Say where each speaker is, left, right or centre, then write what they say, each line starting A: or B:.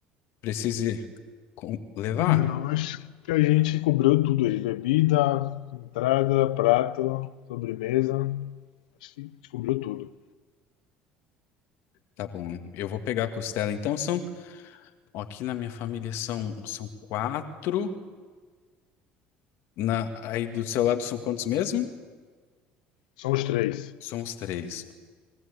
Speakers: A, on the left; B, on the left.
A: precise com- levar?
B: Não, acho que a gente cobrou tudo aí. Bebida, entrada, prato, sobremesa. Acho que cobriu tudo.
A: Tá bom, eu vou pegar a costela. Então são, ó, aqui na minha família são, são quatro. Na, aí do seu lado são quantos mesmo?
B: São os três.
A: São os três.